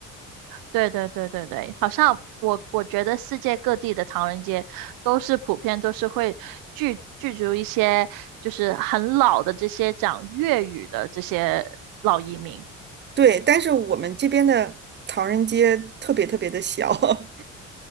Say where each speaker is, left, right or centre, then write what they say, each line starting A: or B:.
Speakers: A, on the right (about 65°); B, on the right (about 30°).
A: 对对对对对，好像我我觉得世界各地的唐人街都是普遍都是会聚聚集一些就是很老的这些讲粤语的这些老移民。
B: 对，但是我们这边的唐人街特别特别的小，<laughs>